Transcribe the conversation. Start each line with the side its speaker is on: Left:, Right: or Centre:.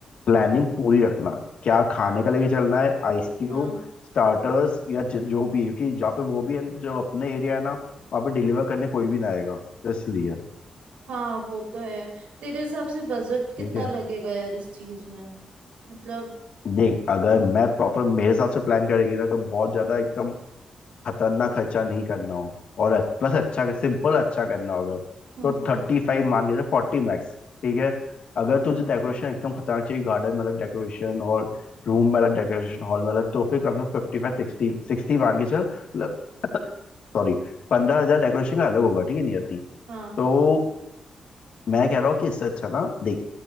Left: प्लानिंग पूरी रखना क्या खाने का लेके चलना है आइस क्यूब
Right: हाँ
Left: स्टार्टर्स या ज- जो भी क्योंकि जहाँ पे वो भी है जो अपने एरिया है ना वहाँ पे डिलीवर करने कोई भी ना आएगा तो इसलिए
Right: हाँ वो तो है तेरे हिसाब से बजट कितना
Left: ठीक है
Right: लगेगा यार इस चीज में मतलब
Left: देख अगर मैं प्रॉपर मेरे हिसाब से प्लान करेगी ना तो बहुत ज्यादा एकदम खतरनाक खर्चा नहीं करना हो और
Right: हम्म
Left: अ- बस अच्छा सिंपल अच्छा करना हो अगर
Right: हम्म
Left: तो
Right: हम्म,
Left: थर्टी फाइव मान के फोर्टी मैक्स ठीक है अगर तुझे डेकोरेशन एकदम खतरनाक चाहिए गार्डन में अलग डेकोरेशन और रूम में अलग डेकोरेशन हॉल में अलग तो फिर कम से कम फिफ्टी फाइव सिक्सटी सिक्सटी मान के चल मतलब सॉरी पंद्रह हजार डेकोरेशन का अलग होगा ठीक है नहीं आती
Right: हाँ
Left: तो मैं कह रहा हूँ कि इससे अच्छा ना देख